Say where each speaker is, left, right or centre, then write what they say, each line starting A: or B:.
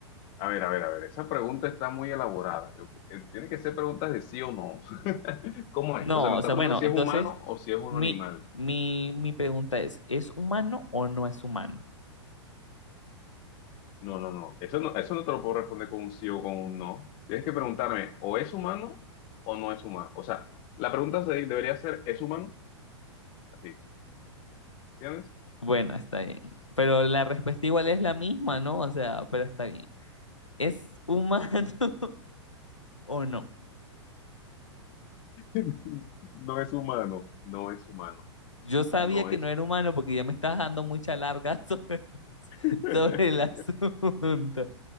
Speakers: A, on the left (about 35°); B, on the left (about 85°).
A: a ver, a ver, a ver, esa pregunta está muy elaborada. Yo- eh, tiene que ser preguntas de sí o no. <laughs> ¿Cómo
B: No,
A: es? O sea, me
B: o
A: estás
B: sea,
A: preguntando
B: bueno,
A: si
B: entonces
A: es humano o si es un
B: mi,
A: animal.
B: mi, mi pregunta es, ¿es humano o no es humano?
A: No, no, no. Eso no, eso no te lo puedo responder con un sí o con un no. Tienes que preguntarme, ¿o es humano o no es humano? O sea, la pregunta se- debería ser, ¿es humano? Así, ¿entiendes?
B: Bueno, está bien. Pero la respuesta igual es la misma, ¿no? O sea, pero está bien. ¿Es humano <laughs> o no?
A: <laughs> No es humano, no es humano,
B: Yo sabía
A: no
B: que
A: es.
B: no era humano porque ya me estás dando mucha larga <laughs> sobre,
A: <laughs>
B: sobre el asunto.